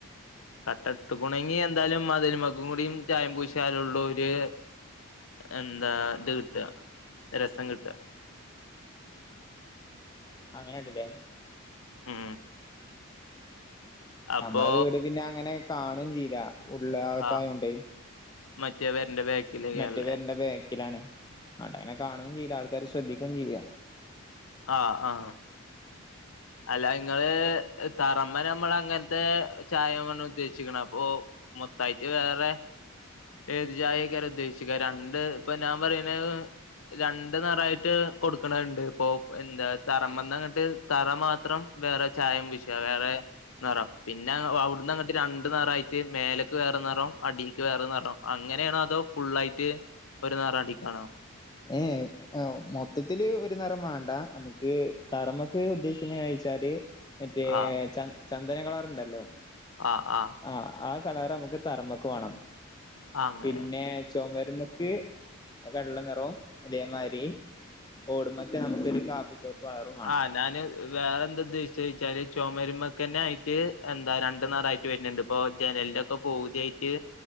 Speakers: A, on the left; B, on the left.
A: കട്ടത്തു ഉണെങ്ങി എന്തായാലുമതിലുമക്കും ചായം പൂശിയാലുള്ളൊര്. എന്താ ഇത് കിട്ട രസം കിട്ട
B: അങ്ങനെണ്ട് ല്ലേ
A: ഉം അപ്പൊ
B: നമ്മളെവീട് പിന്നെ അങ്ങനെ കാണു ചെയില്ല ഉള്ളേ അകത്തായോണ്ടേ.
A: ആഹ് മറ്റേ പേരന്റെ ബേക്കിലേക്കല്ലേ
B: മറ്റു പേരുന്റെ ബാ ക്കിലാണ് അവടെ അങ്ങനെ കാണേം ചെയ്ല്ല ആൾക്കാര് ശ്രദ്ധിക്കും ചെയ്യില്ല
A: ആഹ് ആഹ് അല്ല നിങ്ങള് തറമെനമ്മൾ അങ്ങനത്തെ ചായമ്ആണ് ഉദ്ദേശിക്കണ അപ്പൊ മൊതയിട്ട് വേറെ ഏത് ചായെക്കാരെയുദ്ദേശിക്ക. രണ്ട് ഇപ്പ ഞാൻ പറയുന്നത്. രണ്ട് നറയിട്ട് കൊടുക്കണണ്ട് ഇപ്പൊ എന്താ തറമ്മന്ന് അങ്ങട്ട് തറ മാത്രം വേറെ ചായം പൂശിയോ വേറെ? നെറം പിന്നെ അവിടന്ന് അങ്ങട്ട് രണ്ട് നെറയിട്ട് മേലേക്ക് വേറെ നെറം അടിക്ക് വേറെ നെറം അങ്ങനെയാണോ അതോ ഫുള്ളായിട്ട് ഒരു നാറാടി കാണോ
B: ഏഹ് ആ മൊത്തത്തില് ഒരു നിറം വേണ്ട നമുക്ക് തറമൊക്കെ ഉദ്ദേശിക്കുന്നവെച്ചാല് മറ്റേ
A: ആഹ്
B: ച ചന്ദന കളറുണ്ടല്ലോ
A: ആഹ് ആഹ്
B: ആഹ് ആ കളർ നമുക്ക് തറമക്ക് വേണം
A: അങ്ങനെ
B: പിന്നെ ചോമരുമ്മക്ക് ക്ക് വെള്ള നിറോം അതേമാരി ഓടുമ്പൊക്കെ നമ്മുക്കൊരു കാപ്പിച്ചൊവപ്പ് കളർ വേണം
A: ആഹ് ഞാന് വേറെന്താദേശിച്ച് ച്ചാല് ചൊമരുമക്കന്നെ ആയിട്ട് എന്താ രണ്ടു നറായിട്ട് വരുന്നുണ്ട്. ഇപ്പൊ ജനലിന്റെ ഒക്കെ പൗതിയായിട്ട്